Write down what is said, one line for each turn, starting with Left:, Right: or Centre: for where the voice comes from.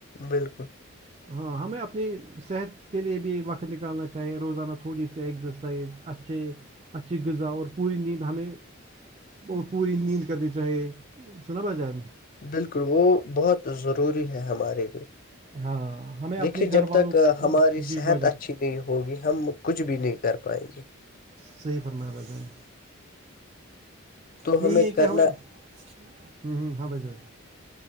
Left: بالکل
Right: ھم ہاں ہمیں اپنی صحت کے لیے بھی وقت نکالنا چاہیے روزانہ تھوڑی سی ایکزرسائز اچا اچھے اچھی غذا اور پوری نیند ہمیں اور پوری نیند کرنی چاہیے سناو ب جائے
Left: بالکل وہ بہت ضروری ہے ہمارے لیے
Right: ہاں ہمیں اپنے
Left: دیکھیے
Right: گھر
Left: جب
Right: والوں
Left: تک
Right: کو
Left: ہماری
Right: جی
Left: صحت
Right: بھائی جان
Left: اچھی نہیں ہوگی ہم کچھ بھی نہیں کر پائیں گے
Right: صحیح فرم جان
Left: تو
Right: یہی ہے
Left: کرنا
Right: کہ ہمیں ہوں ہ ہاں ب جےز